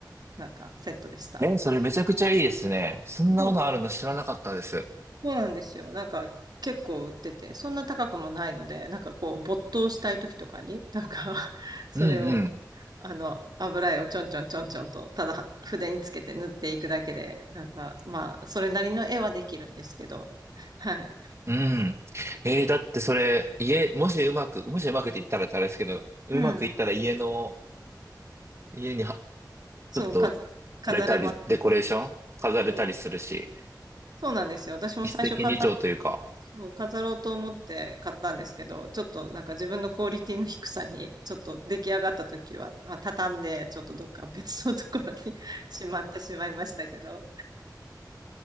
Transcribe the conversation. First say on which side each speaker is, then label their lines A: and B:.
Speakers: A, on the right; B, on the right.
A: なんかセットでした。
B: え、それめちゃくちゃいいですね。そんなものあるの知らなかったです。
A: そう、そうなんですよ。なんか結構売ってて、そんな高くもないので、なんかこう没頭したい時とかに、なんか <laughs> それを、
B: うんうん。
A: あの、油絵をちょんちょんちょんちょんと、ただ筆につけて塗っていくだけで、なんかまあ、それなりの絵はできるんですけど、はい。
B: うん。えーだってそれ、家、もしうまく、もしうまくって言ったらあれですけど、うまくいったら家の、
A: うん。
B: 家には、
A: そう、
B: ちょっと、
A: か、飾れますよね。
B: あれたり、デコレーション飾れたりするし、
A: そう、そうなんですよ。私も最初飾ろ
B: 一石二鳥というか。
A: そう飾ろうと思って買ったんですけど、ちょっとなんか自分のクオリティの低さに、ちょっと出来上がった時は、まあ、畳んで、ちょっとどっか別のところに <laughs> しまってしまいましたけど。